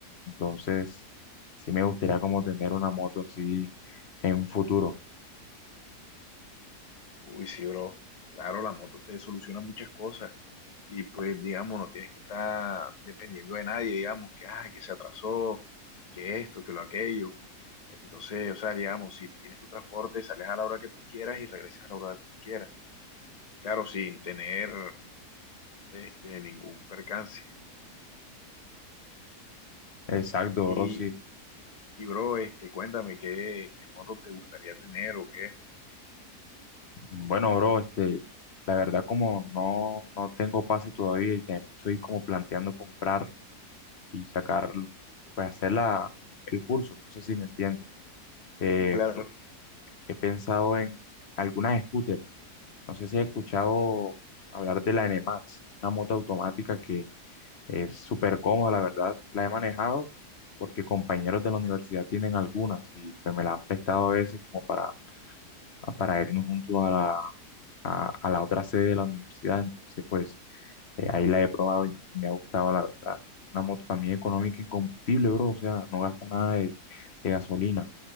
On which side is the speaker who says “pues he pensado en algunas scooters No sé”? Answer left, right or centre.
Left